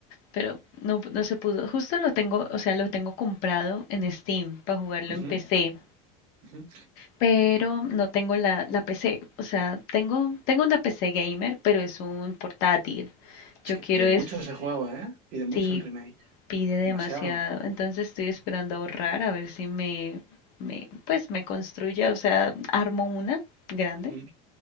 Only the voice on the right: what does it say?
Ujú,
ujú.
Es
que
pide
mucho ese juego, ¿eh? Pide mucho
el remake.
Demasiado.
Mm.